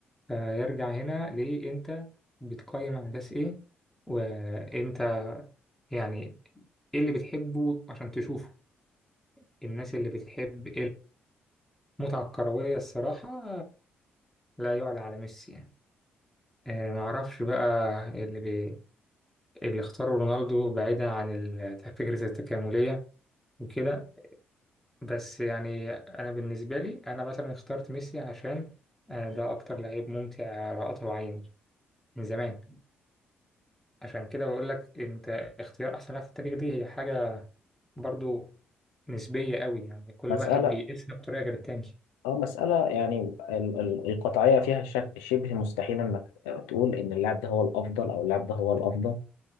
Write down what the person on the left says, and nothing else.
مسألة
اه مسألة يعني ال- ال- القطعية فيها شك- شبه مستحيل انك تقول ان اللاعب ده هو الافضل او اللاعب ده هو الافضل